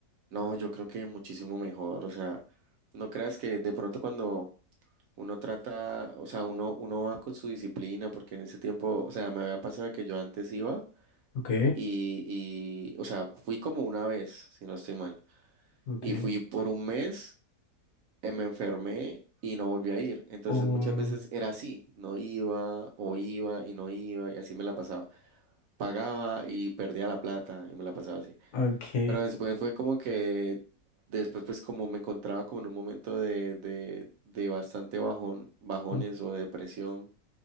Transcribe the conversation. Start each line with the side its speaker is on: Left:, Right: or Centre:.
Right: No, yo creo que muchísimo mejor, o sea, no creas que de pronto cuando Uno trata, o sea, uno, uno va con su disciplina, porque en ese tiempo, o sea, me había pasado que yo antes iba
Left: Ok,
Right: y, y, o sea, fui como una vez, si no estoy mal,
Left: ok,
Right: y fui por un mes, eh, me enfermé y no volví a ir. Entonces
Left: um,
Right: muchas veces era así, no iba o iba y no iba y así me la pasaba. Pagaba y perdía la plata y me la pasaba así.
Left: ok,
Right: Pero después fue como que, después pues como me encontraba como en un momento de, de, de bastante bajón, bajones
Left: mm,
Right: o depresión.